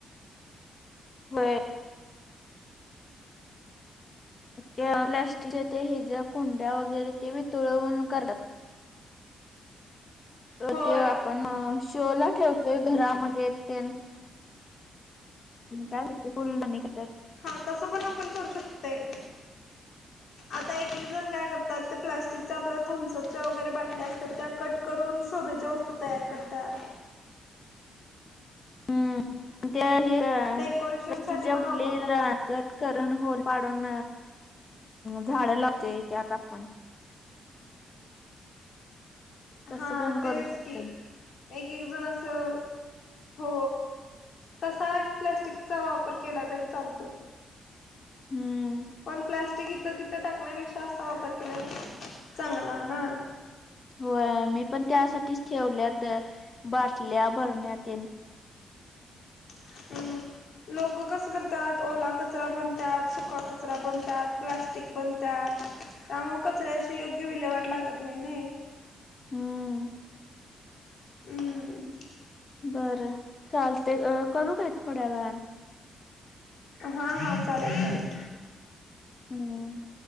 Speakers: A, on the left (about 45°); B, on the left (about 65°).
A: व्हय त्या प्लॅस्टिकचे हे ते ज्या कुंड्या वगैरे ते वितुळवून करतात तर
B: होय
A: ते आपण शोला ठेवतोय घरामध्ये ते काय होत फुल दोन <unintelligible>
B: हा तस पण आपण करू शकतय आता एक रिझन काय करत ते प्लास्टिकच्या आपल्या थम्सअपच्या वगरे बाटल्या असतात त्या कट करून शोभेच्या वस्तू तयार करत्या
A: हम्म आणि त्या हे प्लास्टिकच्या
B: डेकोरेशन साठी पण वापर करतात.
A: <unintelligible> करन होल पाडून झाडं लावते त्यात आपण तसं
B: हा
A: पण
B: तेच
A: करू शकतोय.
B: की एक एक जण असं हो तसा एक प्लॅस्टिकचा वापर केला तरी चालतोय.
A: हम्म
B: पण प्लॅस्टिकी तिथं टाकण्यापेक्षा असा वापर केला चांगला ना
A: होय, मी पण त्यासाठीच ठेवल्यात, बाटल्या बरण्या तें
B: ह्म. लोकं कसं करतात, ओला कचरा पण त्यात, सुका कचरा पण त्यात, प्लॅस्टिक पण त्यात त्यामुळ कचऱ्याची, योग्य विल्हेवाट लागत नाई, नई
A: हम्म.
B: हम्.
A: बरं, चालते, अ करू काय, थोड्या वेळानं?
B: हा हा, चालेल- चालेल.
A: हम.